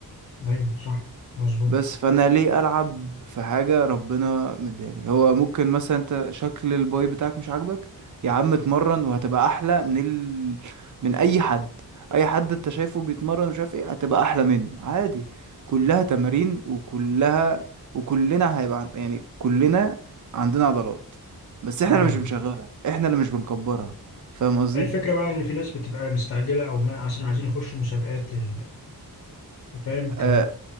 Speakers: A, on the left (about 40°); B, on the right (about 50°).
A: ايوه صح مظبوط
B: بس فانا ليه العب في حاجه ربنا مداني هو ممكن مثلا انت شكل الباي بتاعك مش عاجبك يا عم اتمرن وهتبقى احلى من ال... من اي حد اي حد انت شايفه بيتمرن مش عارف ايه هتبقى احلى منه عادي كلها تمارين وكلها وكلنا هيبقى عن... يعني كلنا عندنا عضلات بس احنا
A: ايوه
B: اللي مش بنشغلها احنا اللي مش بنكبرها فاهم قصدي
A: الفكره بقى ان في ناس بتبقى مستعجله او ما اصلا عايزين يخشوا مسابقات ال- فاهم
B: آه
A: ك